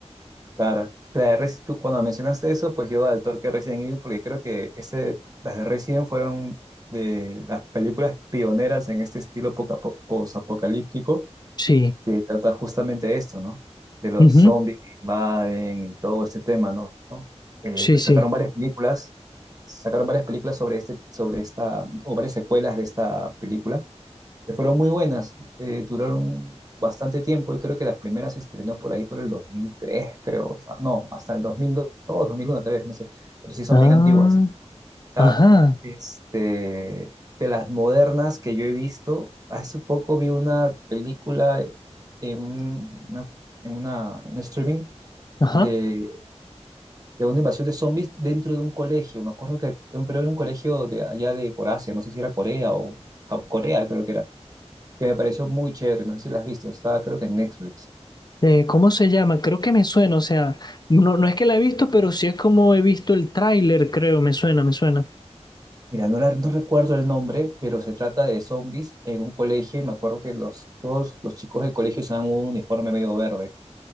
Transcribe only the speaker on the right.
Claro, la de Resi- tú, cuando mencionaste eso, pues yo al toque Resident Evil, porque creo que ese, las de Resident fueron de las películas pioneras en este estilo poca- po- posapocalíptico.
que trata justamente esto, ¿no? De los
zombies que invaden y todo este tema, ¿no? Eh,
pues
sacaron varias películas, sacaron varias películas sobre este, sobre esta, o varias secuelas de esta película, que fueron muy buenas, eh, duraron bastante tiempo y creo que las primeras se estrenó por ahí por el 2003, creo, o sea, no, hasta el 2002, 2001, tal vez, no sé, pero sí son
bien antiguas. Ah,
este, de las modernas que yo he visto, hace poco vi una película en, un- una, en una, en un streaming
de, de una invasión de zombies dentro de un colegio. Me acuerdo que pero era un colegio de allá de por Asia, no sé si era Corea o ja- Corea, creo que era, que me pareció muy chévere. No sé si la has visto, estaba creo que en Netflix.
Mira, no, la- no recuerdo el nombre, pero se trata de zombies en un colegio y me acuerdo que los, todos los chicos del colegio usaban un uniforme medio verde.